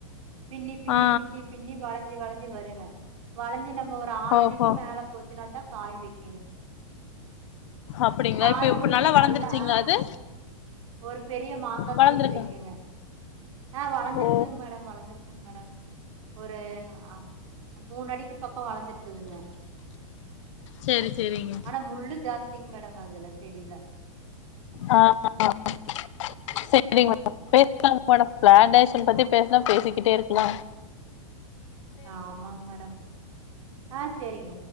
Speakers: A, on the right; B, on the left.
A: பின்னி பின்னி
B: ஆ
A: பின்னிப் பின்னி வளஞ்சி வளஞ்சி வருங்க வளஞ்சி நம்ம ஒரு ‌ஆறடிக்கு
B: ஆ ஓஹோ
A: மேல போச்சுன்னாதா காய் வெய்க்
B: அப்படிங்களா
A: காய்
B: இப்ப இப்ப
A: ஒண்ணுமே
B: வளர்ந்துருச்சுங்களா
A: நல்லா அ
B: அது
A: ஒரு பெரிய மாங்கா
B: வளர்ந்துருக்கா
A: சைஸ்சு வெய்க்குங்க ஆ‌ வளந்திருக்குங்
B: ஓ
A: மேடம் வளந்திருக்குங் மேடம் ஒரு ஆ மூணு அடிக்கு பக்கோ வளந்திருக்குதுங்க
B: சேரி சேரிங்க
A: ஆனா முள்ளு ஜாஸ்திங் மேடம் அதுல செடியில
B: அ <inaudible> செரிங்க மேடம் பேசலாங் மேடம் பிளான்டேஷன் பத்தி பேஸ்னா பேசிக்கிட்டே இருக்லாங்
A: ஆமாங் மேடம் ஆ சேரிங்க